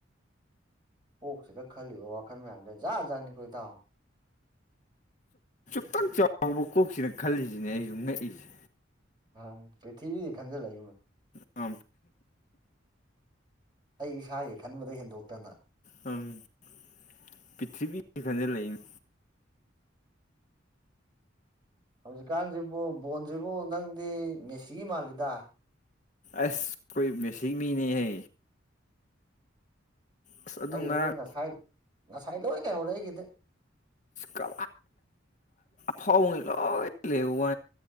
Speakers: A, on the right; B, on the left.
A: ꯀꯣꯛꯁꯤꯗ ꯈꯜꯂꯤꯕꯣ ꯋꯥꯈꯜ ꯃꯌꯥꯝꯗ ꯖꯥꯠ ꯖꯥꯠꯅꯤꯀꯣ ꯏ ꯇꯥꯎꯑꯣ
B: ꯈꯤꯇꯪ ꯆꯥꯎꯕ ꯀꯣꯛꯁꯤꯅ ꯈꯜꯂꯤꯁꯤꯅꯦ ꯑꯩꯁꯨ ꯉꯛꯏꯁꯦ
A: ꯍ ꯄ꯭ꯔꯤꯊꯤꯕꯤ ꯖꯦ ꯈꯟꯖꯜꯂꯛ
B: ꯑ <unintelligible>
A: ꯑꯩ ꯏꯁꯥꯒꯤ ꯈꯟꯕꯗꯩ ꯍꯦꯟꯗꯣꯛꯇꯅ
B: ꯎꯝ <unintelligible> ꯄꯤꯊꯤꯕꯤꯁꯤ ꯈꯖꯤ ꯂꯩꯛ
A: ꯍꯧꯖꯤꯛꯀꯥꯟꯁꯤꯕꯨ ꯕꯣꯟꯁꯤꯕꯨ ꯅꯪꯗꯤ ꯃꯦꯁꯤꯒꯤ ꯃꯥꯜꯂꯤꯗ
B: ꯑꯁ ꯑꯩꯈꯣꯏ ꯃꯦꯁꯤ ꯃꯤꯅꯦꯍꯦ ꯑꯁ ꯑꯗꯨ
A: ꯑꯩ
B: ꯉꯔꯥꯡ
A: ꯉꯁꯥꯏ ꯉꯁꯥꯏ ꯂꯣꯏ ꯂꯩꯍꯧꯔꯦ ꯑꯩꯒꯤꯗꯤ
B: ꯀ ꯐꯥꯎ ꯕ ꯉꯩ ꯂꯣꯏ ꯂꯩꯍꯧꯕ